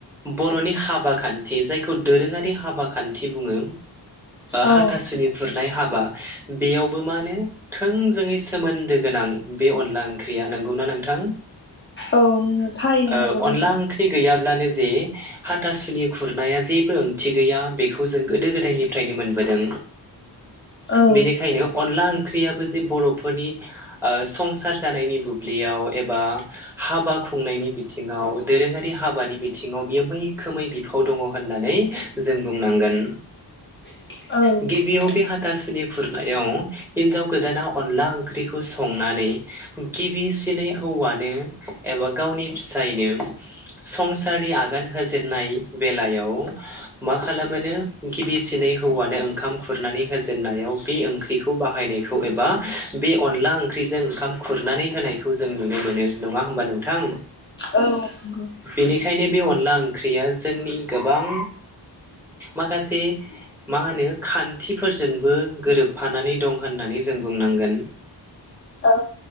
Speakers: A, in the centre; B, on the left.
A: बर'नि हाबा खान्थि जायखौ दोरोङारि हाबा खान्थि बुङो।
B: औ
A: हाथासुनि खुरनाय हाबा बेयावबो मा होनो। थोंजोङै सोमोन्दो गोनां बे अनला ओंख्रिया नंगौना नोंथां?
B: औ थारैनो
A: ओ
B: नंगौ
A: अनला
B: नोंथां
A: ओंख्रि गैयाब्लानो जे हाथासुनि खुरनाया जेबो ओंथि गैया बेखौ जों गोदो गोदायनिफ्रायनो मोनबोदों।
B: <unintelligible> औ
A: बेनिखायनो अनला ओंख्रि -याबो जे बर'फोरनि संसार जानायनि बुब्लियाव एबा हाबा खु खुंनायनि बिथिङाव दोरोङारि हाबानि बिथिङाव बियो मैखोमै बिफाव दङ होननानै जों बुंनांगोन
B: औ
A: गिबियाव बे हाथासुनि खुरनायाव हिनजाव गोदाना अनला ओंख्रिखौ संनानै गिबिसिनै हौवानो एबा गावनि फिसायनो संसारनि आगान होजेननाय बेलायाव मा खालामोनो गिबिसिनै हौवानो ओं--खाम खुरनानै होजेननायाव बे ओंख्रिखौ बाहायनायखौ एबा बे अनला ओंख्रिजों ओंखाम खुरनानै होनायखौ जों नुनो मोनो। नङा होम -बा नोंथां
B: औ नंगौ।
A: बेनिखायनो बे अनला ओंख्रिया जोंनि गोबां माखासे मा होनो खान्थिफोरजोंबो गोरोबफानानै दं होननानै जों बुंनांगोन।
B: औ